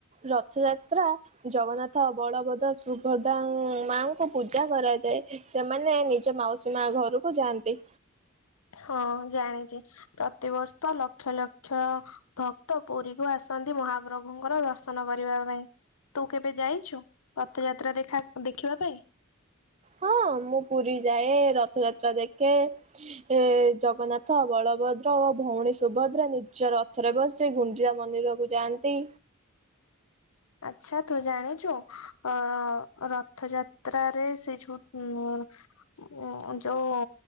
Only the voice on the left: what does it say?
ହଁ ଜାଣିଚି, ପ୍ରତିବର୍ଷ ଲକ୍ଷ ଲକ୍ଷ ଭକ୍ତ ପୁରୀକୁ ଆସନ୍ତି ମହାପ୍ରଭୁଙ୍କର ଦର୍ଶନ କରିବା ପାଇଁ। ତୁ କେବେ ଯାଇଛୁ ରଥଯାତ୍ରା ଦେଖା ଦେଖିବା ପାଇଁ?
ଆଚ୍ଛା ତୁ ଜାଣିଚୁ ଅ ରଥଯାତ୍ରାରେ ସେ ଯୋଉ ଉଁ ଉଁ ଯୋଉ